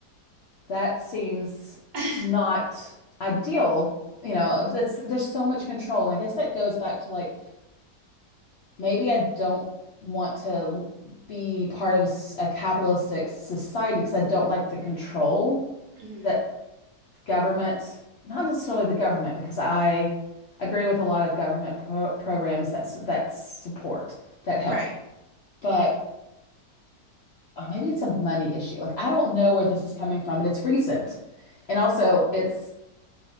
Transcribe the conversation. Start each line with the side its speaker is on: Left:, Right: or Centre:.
Left: that seems
Right: <laughs>
Left: not ideal. You know, it's, there's so much control, and I guess that goes back to like maybe I don't want to be part of a capitalistic society because I don't like the control
Right: Mhm,
Left: that government, not necessarily the government, because I agree with a lot of government pro programs that that support that help,
Right: right.
Left: but oh, maybe it's a money issue. Like I don't know where this is coming from, but it's recent, and also it's